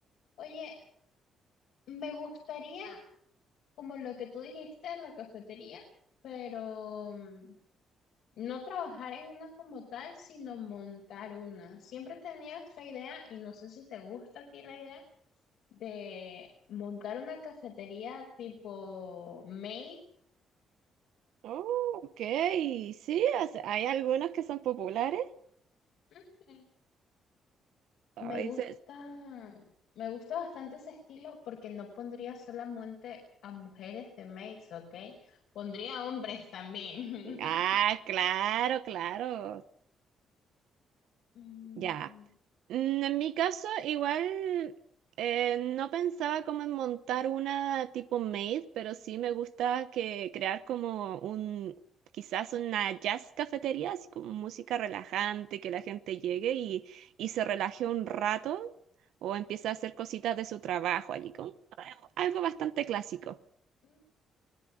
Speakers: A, on the left; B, on the right.
A: Oye, Me gustaría, como lo que tú dijiste en la cafetería, pero mm, no trabajar en una como tal, sino montar una. Siempre he tenido esta idea, y no sé si te gusta a ti la idea, de montar una cafetería tipo maid.
B: Oh, ok, sí, o sea, hay algunos que son populares.
A: Ujú.
B: Ay,
A: Me gusta,
B: se-
A: me gusta bastante ese estilo porque no pondría solamente a mujeres de maids, ¿ok? Pondría hombres también. <laughs>
B: Ah, claro, claro.
A: Mm,
B: Ya. Mm, En mi caso, igual eh, no pensaba como en montar una tipo maid, pero sí me gusta que crear como un, quizás una jazz cafetería, así como música relajante, que la gente llegue y, y se relaje un rato o empiece a hacer cositas de su trabajo allí, como algo bastante clásico.
A: ok.